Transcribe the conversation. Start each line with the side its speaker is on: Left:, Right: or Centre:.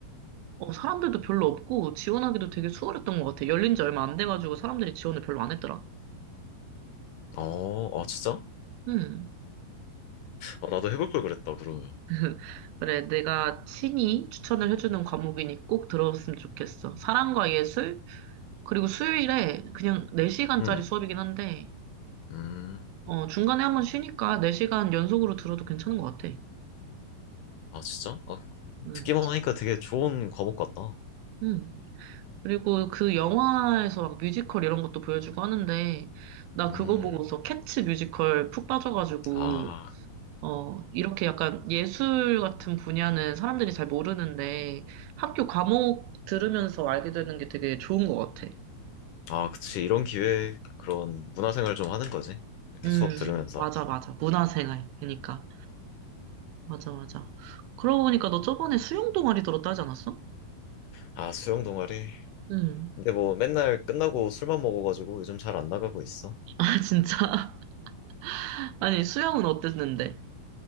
Right: 어, 사람들도 별로 없고 지원하기도 되게 수월했던 것 같아. 열린 지 얼마 안 돼가지고 사람들이 지원을 별로 안 했더라.
Left: 어, 아, 진짜?
Right: 음.
Left: 아, 나도 해볼 걸 그랬다, 그러면.
Right: <laughs> 그래, 내가 친히 추천을 해주는 과목이니 꼭 들어봤으면 좋겠어. 사랑과 예술, 그리고 수요일에 그냥 4시간짜리
Left: 음,
Right: 수업이긴 한데,
Left: 음,
Right: 어, 중간에 한번 쉬니까 4시간 연속으로 들어도 괜찮은 것 같아.
Left: 아, 진짜? 아,
Right: 음.
Left: 듣기만 하니까 되게 좋은 과목 같다.
Right: 음. 그리고 그 영화에서 막 뮤지컬 이런 것도 보여주고 하는데, 나
Left: 음,
Right: 그거 보고서 캣츠 뮤지컬 푹 빠져가지고,
Left: 아,
Right: 어, 이렇게 약간 예술 같은 분야는 사람들이 잘 모르는데 학교 과목 들으면서 알게 되는 게 되게 좋은 것 같아.
Left: 아, 그치. 이런 기회에 그런 문화생활 좀 하는 거지. 이렇게
Right: 음,
Left: 수업 들으면서.
Right: 맞아, 맞아. 문화생활. 그러니까. 맞아, 맞아. 그러고 보니까 너 저번에 수영 동아리 들었다 하지 않았어?
Left: 아, 수영 동아리.
Right: 음.
Left: 근데 뭐 맨날 끝나고 술만 먹어가지고 요즘 잘 안 나가고 있어.
Right: <laughs> 아, 진짜? <laughs> 아니, 수영은 어땠는데?